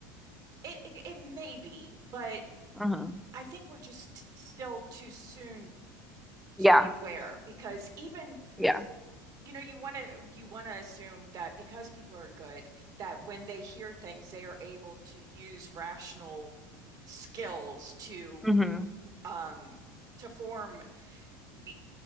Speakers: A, on the right; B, in the centre.
A: It, it it may be, but
B: Uh-huh.
A: I think we're just still too soon
B: Yeah,
A: to be aware because even
B: yeah.
A: You know, you want to you want to assume that because people are good, that when they hear things, they are able to use rational skills to
B: hmm
A: um to form i-